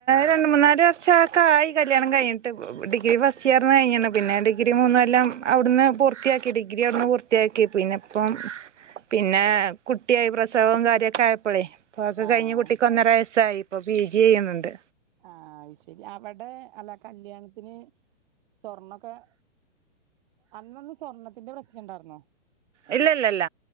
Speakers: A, on the right (about 75°); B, on the right (about 45°).
A: രണ്ട് മൂന്നാല് വർഷക്കായി കല്യാണം കഴിഞ്ഞിട്ട് ഇപ്പോ ഡിഗ്രി ഫസ്റ്റ് ഇയർന്ന് കഴിഞ്ഞിണ് പിന്നെ ഡിഗ്രി മൂന്ന്കൊല്ലം അവിടുന്ന് പൂർത്തിയാക്കി ഡിഗ്രി അവിടുന്ന് പൂർ ത്യാക്കി പിന്നെപ്പം പിന്നെ കുട്ടി ആയി പ്രസവോം കാര്യൊക്കെ ആയപ്പളെ ഇപ്പൊ അത് ഒക്കെ
B: ആഹ്
A: കഴിഞ്ഞ് കുട്ടിക്ക് ഒന്നര വയസായി ഇപ്പൊ പി ജി ചെയ്യുന്ന്ണ്ട്
B: ആഹ് അത് ശരി അവിടെ അല്ല കല്യാണത്തിന് സ്വർണൊക്കെ അന്നൊന്നും സ്വർണ്ണത്തിന്റെ പ്രശ്നണ്ടാർന്നോ
A: ഇല്ലല്ല